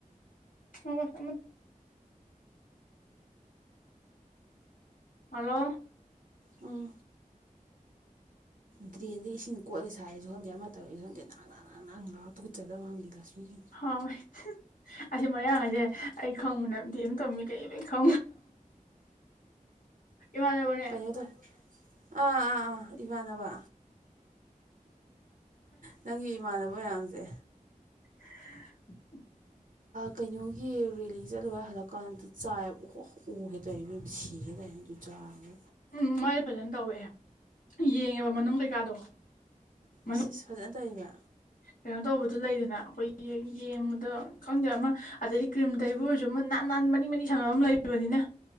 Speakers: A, on the left; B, on the right.
A: ꯍꯁ ꯍꯜꯂꯣ
B: ꯎꯟ ꯗ꯭ꯔꯦꯟꯗ ꯏꯁꯤꯡ ꯀꯣꯠꯂ ꯁꯥꯏꯁꯨ ꯈꯪꯗꯦ ꯑꯃꯠꯇ ꯑꯩꯁꯨ ꯍꯪꯗꯦ ꯅꯍꯅꯥꯥꯡ ꯅꯅꯥꯪ ꯂ ꯇꯨꯠꯆꯗꯕ ꯍꯪꯗꯦ ꯂꯛꯁꯃꯤ
A: ꯍꯥꯎ ꯑꯁꯤ ꯃꯌꯥꯡ ꯑꯁꯦ ꯑꯩ ꯈꯪꯕ ꯅꯗꯤ ꯑꯃ ꯇꯧꯃꯤ ꯀꯩ ꯈ ꯏꯃꯥꯟꯅꯕꯅꯦ
B: ꯑꯗ ꯑꯥ ꯑꯥ ꯑꯥ ꯏꯃꯥꯟꯅꯕ ꯅꯪꯒꯤ ꯏꯃꯥꯟꯅꯕ ꯃꯌꯥꯝꯁꯦ
A: <inaudible>
B: ꯀꯩꯅꯣꯒꯤ ꯔꯦꯂꯤ ꯆꯠꯂꯒ ꯍꯜꯂꯛꯀꯥꯟꯗ ꯆꯥꯏ ꯑꯣꯒꯦ ꯇꯧ ꯃ ꯁꯤꯒꯦ ꯇꯧ ꯇ ꯆꯥꯕ
A: ꯎꯝ ꯃꯥꯁꯦ ꯐꯖꯅ ꯇꯧꯋꯦ ꯌꯦꯡꯉꯦꯕ ꯃꯅꯨꯡ ꯀꯩꯀꯥꯗꯣ ꯃꯣꯏ
B: ꯏꯁ ꯏꯁ ꯐꯖꯅ ꯇꯧꯋꯦꯕ
A: ꯀꯩꯅꯣ ꯇꯧꯕꯗꯨꯣ ꯂꯩꯗꯅ ꯑꯩꯈꯣꯏꯒꯤ ꯌꯦꯡꯕꯗ ꯈꯪꯗꯦ ꯑꯃ ꯑꯗꯩ ꯀ꯭ꯔꯤꯝ ꯇꯩꯕꯨ ꯑꯣꯏꯔꯁꯨ ꯑꯃꯨꯛ ꯅꯍꯥꯟ ꯅꯍꯥꯟ ꯃꯅꯤꯡ ꯃꯅꯤ ꯁꯪꯉꯅꯕ ꯑꯃ ꯂꯩꯕꯅꯤꯅ